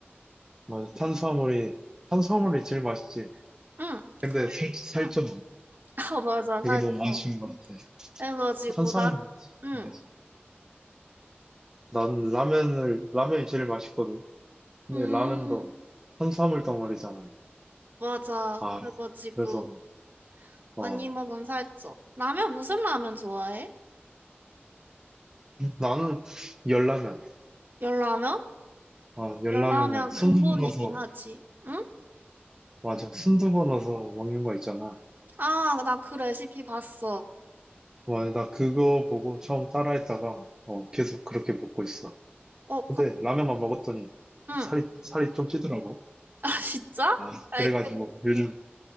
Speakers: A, on the right; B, on the right.
A: 맞아. 탄수화물이 탄수화물이 제일 맛있지.
B: 응.
A: 근데
B: 그리고
A: 살 살쪄.
B: 응. <laughs> 아, 맞아.
A: 그게
B: 살짝
A: 너무 아쉬운 것 같아.
B: 해가지고
A: 탄수화물
B: 나 응.
A: 맞아. 난 라면을 라면이 제일 맛있거든. 근데
B: 음,
A: 라면도 탄수화물 덩어리잖아.
B: 맞아.
A: 아,
B: 그래가지고
A: 그래서 어,
B: 많이 먹으면 살쪄. 라면 무슨 라면 좋아해?
A: 나는 열라면.
B: 열라면?
A: 아, 열라면에
B: 열라면
A: 순두부
B: 근본이긴
A: 넣어서,
B: 하지. 응?
A: 맞아. 순두부 넣어서 먹는 거 있잖아.
B: 아, 나 그 레시피 봤어.
A: 와, 나 그거 보고 처음 따라했다가, 어, 계속 그렇게 먹고 있어.
B: 어, 그,
A: 근데 라면만 먹었더니
B: 응. 아,
A: 살이, 살이 좀 찌더라고.
B: <laughs> 진짜?
A: 아,
B: 아이,
A: 그래가지고
B: 근,
A: 요즘
B: 응.